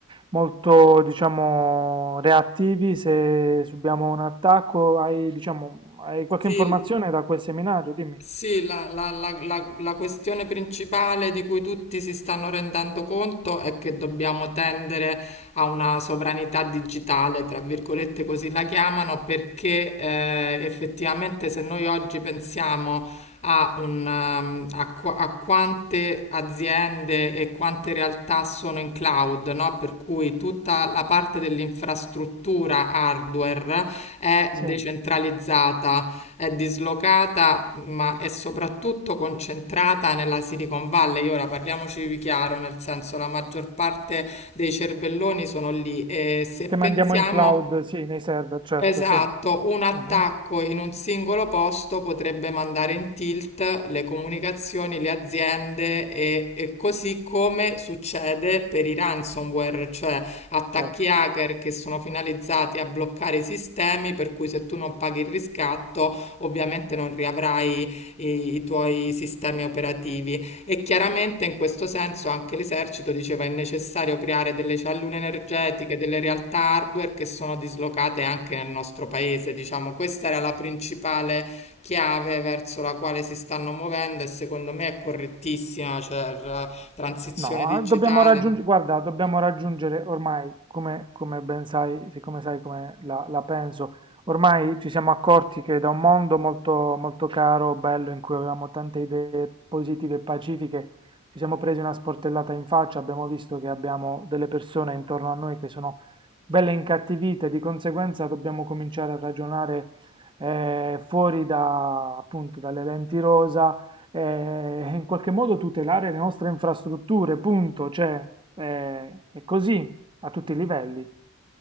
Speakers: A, on the right; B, on the left.
A: molto, diciamo, reattivi se subiamo un attacco, hai, diciamo, hai qualche
B: Sì,
A: informazione da quel seminario? Dimmi.
B: Sì, la, la- la- la- la questione principale di cui tutti si stanno rendendo conto è che dobbiamo tendere a una sovranità digitale, tra virgolette così la chiamano, perché eh, effettivamente se noi oggi pensiamo a, un, um, a qua- a quante aziende e quante realtà sono in cloud, no? Per cui tutta la parte dell'infrastruttura hardware è decentralizzata
A: Sì,
B: è dislocata, ma è soprattutto concentrata nella Silicon Valley. Ora parliamoci di chiaro, nel senso la maggior parte dei cervelloni sono lì e se
A: che
B: pensiamo
A: mandiamo in cloud, sì, nei server, certo,
B: Esatto,
A: sì.
B: un attacco
A: Mhm,
B: in un singolo posto potrebbe mandare in tilt le comunicazioni, le aziende e, e così come succede per i ransomware, cioè attacchi
A: Certo.
B: hacker che sono finalizzati a bloccare i sistemi, per cui se tu non paghi il riscatto, ovviamente non riavrai i i tuoi sistemi operativi. E chiaramente in questo senso anche l'esercito diceva è necessario creare delle cellule energetiche, delle realtà hardware che sono dislocate anche nel nostro paese. Diciamo, questa era la principale chiave verso la quale si stanno muovendo e secondo me è correttissima, cioè la transizione
A: No,
B: digitale.
A: dobbiamo raggiungere, guarda, dobbiamo raggiungere ormai, come, come ben sai, siccome sai come la, la penso, ormai ci siamo accorti che da un mondo molto, molto caro, bello, in cui avevamo tante idee positive e pacifiche, ci siamo presi una sportellata in faccia, abbiamo visto che abbiamo delle persone intorno a noi che sono belle incattivite, di conseguenza dobbiamo cominciare a ragionare eh, fuori da, appunto, dalle lenti rosa eh, in qualche modo tutelare le nostre infrastrutture, punto, cioè eh, è così a tutti i livelli.